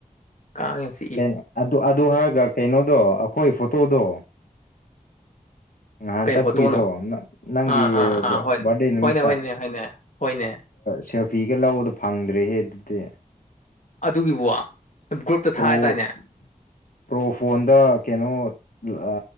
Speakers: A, on the left; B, on the left.
A: ꯀꯁꯦ
B: ꯅ ꯑꯗꯨ ꯑꯗꯨ ꯍꯥꯏꯔꯒ ꯀꯩꯅꯣꯗꯣ ꯑꯩꯈꯣꯏ ꯐꯣꯇꯣꯗꯣ ꯅꯍꯥꯟ
A: ꯀꯩ
B: ꯆꯠꯄꯒꯤꯗꯣ
A: ꯐꯣꯇꯣꯅꯣ
B: ꯅꯪꯒꯤ
A: ꯑꯥ ꯑꯥ ꯑꯥ ꯍꯣꯏꯅꯦ
B: ꯕꯥꯔꯗꯦ ꯅꯨꯃꯤꯠꯇ
A: ꯍꯣꯏꯅꯦ ꯍꯣꯏꯅꯦ ꯍꯣꯏꯅꯦ ꯍꯣꯏꯅꯦ
B: ꯁꯦꯜꯐꯤꯒ ꯂꯧꯕꯗꯣ ꯐꯪꯗ꯭ꯔꯦꯍꯦ ꯑꯗꯨꯗꯤ
A: ꯑꯗꯨꯒꯤꯕꯨ ꯒ꯭ꯔꯨꯞꯇ
B: ꯄ꯭ꯔꯣ
A: ꯊꯥꯗꯥꯏꯅꯦ
B: ꯄ꯭ꯔꯣ ꯐꯣꯟꯗ ꯀꯩꯅꯣ ꯑ